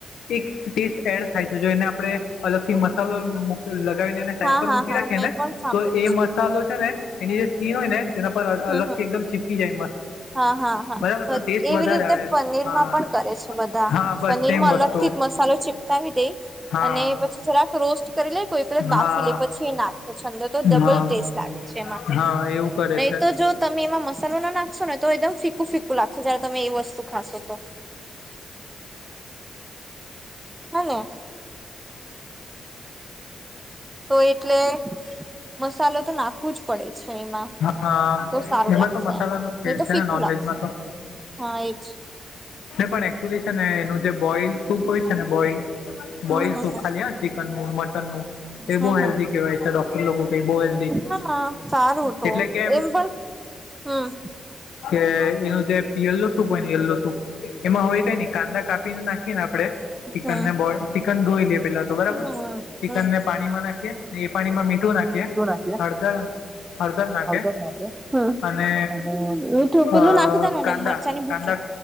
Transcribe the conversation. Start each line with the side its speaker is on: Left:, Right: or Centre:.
Left: એક ટેસ્ટ એડ થાય છે જો એને આપણે અલગથી મસાલો <unintelligible> દઈને સાઈડ
Right: હા
Left: પર
Right: હા
Left: મૂકી
Right: હા
Left: રાખી
Right: મેં
Left: ને
Right: પણ સાંભળેલું
Left: તો એ
Right: છે
Left: મસાલો
Right: એવું
Left: છે ને એની જ ઘી હોય ને તેના પર
Right: હમ
Left: અલગ
Right: હમ
Left: થી એકદમ ચીપકી જાય મસ્ત
Right: હા હા હા
Left: બરાબર તો ટેસ્ટ
Right: એવી
Left: વધારે
Right: રીતે
Left: આવે
Right: પનીર
Left: હા
Right: માં પણ કરે છે બધા
Left: હા બસ
Right: પનીર
Left: સેમ
Right: માં
Left: વસ્તુ
Right: અલગ થી મસાલો ચિપકાવી દે
Left: હા
Right: અને પછી જરાક રોસ્ટ કરી લે કોઈ <unintelligible> બાફી
Left: હા
Right: લે પછી એ નાખ્યો છંદર તો ડબલ
Left: હા
Right: ટેસ્ટ આવે છે એમાં
Left: હા એવું કરે
Right: નહી
Left: છે
Right: તો જો તમે તમે એમાં મસાલો ના નાખશો ને તો એકદમ ફીકું ફીકું લાગશે જયારે તમે એ વસ્તુ ખાશો તો <inaudible> હાને તો એટલે મસાલો તો નાખવું જ પડે છે એમાં
Left: હા
Right: તો સારું
Left: એમાં
Right: લાગશે
Left: તો મસાલાનો
Right: એમ
Left: જ
Right: નહી
Left: ખેલ
Right: તો
Left: છે
Right: ફીકું
Left: ને નોનવેજમાં
Right: લાગશે
Left: તો
Right: હા એ જ
Left: પણ એકચુલી છે ને એનું જે બોઇલ શુંપ હોય છે ને બોઈલ બોઇલ
Right: હમ હમ
Left: સુૂપ
Right: હમ
Left: ખાલી ચિકનનું મટનનુંએ
Right: હમ
Left: બહુ હેલ્ધી કેવાય છે ડોક્ટર કે બહુ હેલ્ધી
Right: હા સારું તો
Left: એટલે કેમ
Right: એમ પણ હમ્મ
Left: કે એનું જે યલો શૂપ હોય ને યલો સૂપ એમાં હોય કે ને કાંદા કાપીને નાખીએ ને આપણે ચિકન
Right: હમ
Left: ને બો ચિકન ધોઈને પેલા તો બરાબર
Right: હમ
Left: ચિકન
Right: હમ
Left: ને પાણીમાં નાખીએ એ પાણીમાં મીઠું નાખીએ
Right: શું નાખીએ
Left: હળદર હળદળ નાખે
Right: હળદર નાખીએ હમ
Left: અને
Right: મીઠું પેલું
Left: અ
Right: નાખી દેવાનું
Left: કાંદા
Right: ને મરચાંની ભૂકી
Left: કાંદા